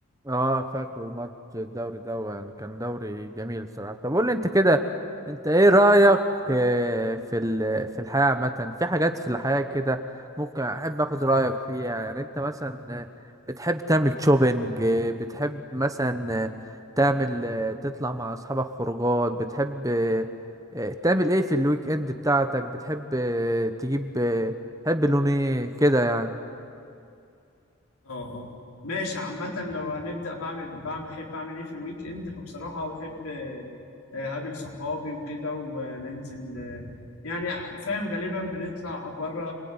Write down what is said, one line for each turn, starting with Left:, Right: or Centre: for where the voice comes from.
Right: اه فاكره الماتش الدوري ده يعني كان دوري جميل الصراحة طب قول لي انت كده انت ايه رأيك آه، في ال... في الحياة عامة في حاجات في الحياة كده ممكن احب اخد رأيك فيها يعني انت مثلا آه، بتحب تعمل شوبينج آه، بتحب مثلا آه، تعمل آه، تطلع مع اصحابك خروجات بتحب آه، آه، تعمل ايه في الويك اند بتاعتك بتحب آه، تجيب آه، تحب لون ايه كده يعني
Left: اه اه ماشي عامة لو هنبدأ بعمل بعمل بحب أعمل إيه في الويك إند فبصراحة بحب آه، آه، أقابل صحابي وكده وننزل آه، يعني فاهم غالبا بنطلع بره